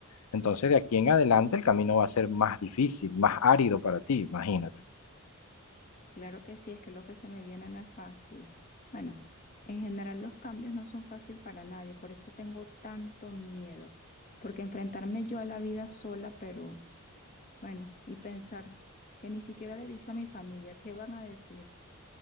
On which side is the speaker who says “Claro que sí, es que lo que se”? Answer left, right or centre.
Left